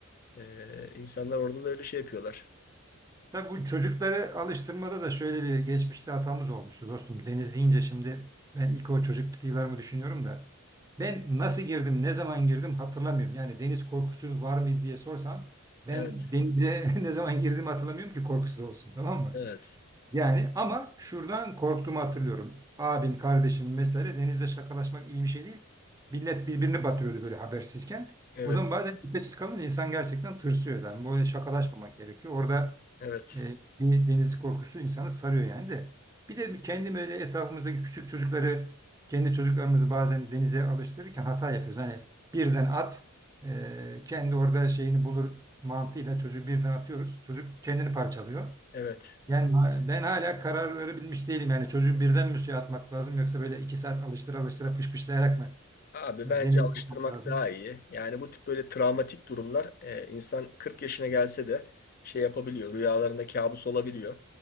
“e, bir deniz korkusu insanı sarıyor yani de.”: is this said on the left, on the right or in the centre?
Right